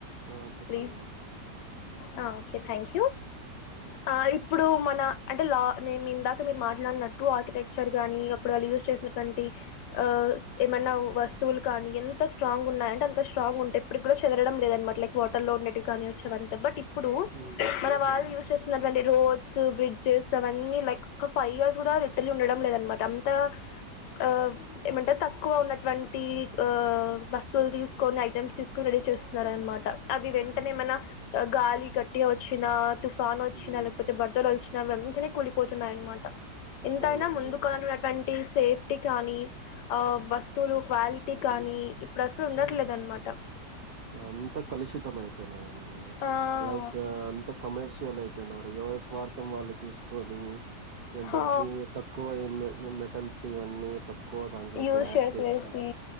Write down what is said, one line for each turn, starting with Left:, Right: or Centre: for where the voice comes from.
Right: ఆ! చెప్పండండి.
Left: ప్లీస్
Right: చెప్పండి.
Left: ఆ ఓకే థ్యాంక్
Right: హ్మ్.
Left: ఆ ఇప్ ఇప్పుడు మన అంటే లా నేను ఇందాక మీరు మాట్లాడినట్టు ఆర్కిటెక్చర్ గానీ అప్పుడు వాళ్ళు యూజ్ చేసినటువంటి అ ఏమనా వస్ స్తువులు కానీ ఎంత స్ట్రాంగ్ ఉన్నాయంటే అంత స్ట్రాంగ్ ఉంటయి ఇప్పుడు కూడా చెదరడం లేద అనమాట లైక్ వాటర్ లో ఉండటివి కానీయచ్చు అంత బట్ ఇప్పుడు
Right: హ్మ్.
Left: మన వాళ్ళు
Right: హ్మ్.
Left: యూజ్ చేస్తున్నటువంటి రోడ్స్ బ్రిడ్జెస్ అవన్నీ లైక్ ఒక ఫైవ్ ఇయర్స్ కూడా రిటర్లీ ఉండడం లేదనమాట అంత ఆ ఏమంటరు తక్కువ ఉన్నటువంటి టీ ఆ వస్తువులు తీసుకొని ఐటమ్స్ తీసుకొని రెడీ చేస్తున్నరు అనమాట అవి
Right: హ్మ్.
Left: వెంటనే
Right: హ్మ్.
Left: మన గాలి గట్టిగ వచ్చినా తుఫాను వచ్చినా
Right: హ్మ్.
Left: లేకపోతే బరదలు వచ్చినా న వెంటనే కూలిపోతున్నాయి అనమాట ఎంతైనా
Right: అవునండి.
Left: ముందుకన్నటువంటి
Right: అవును.
Left: సేఫ్టీ కానీ ఆ వస్తువులు క్వాలిటీ కానీ ఇప్పుడు అసలు ఉండట్లేదనమాట
Right: ఊ అంత కలుషితమయి పయినాయండి ప్చ్
Left: ఆ
Right: లైక్ అంత కమర్షియల్ అయిపోయిన ఎవరి స్వార్థం వాళ్ళు చూసు కొని ఇగ
Left: హా
Right: డబ్బు తక్కువ అయి మెటల్స్ ఇవన్నీ తక్ ఎక్కువ దాంట్లోకి
Left: యూజ్
Right: యాడ్
Left: చేసేసి
Right: చేసి